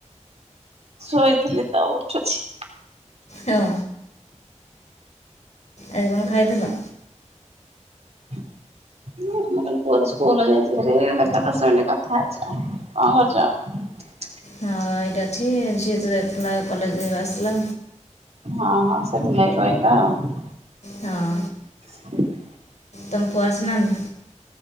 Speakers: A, on the right (about 55°); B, on the left (about 65°).
A: ଶୋଇଥିଲି ତ ଉଠୁଛି।
B: ହଁ। ଆଜି କଣ ଖାଇଥିଲ?
A: <unintelligible> କଣ କରୁଛ?
B: ହଁ ଏଇଠି ଅଛି <unintelligible> କଲେଜ ରୁ ଆସିଲା।
A: ହଁ ହଁ ସେଥିଲାଗି କଇଲା ଆଉ।
B: ହଁ।
A: <unintelligible>
B: ତମ ପୁଅ ଆସିନାହାନ୍ତି।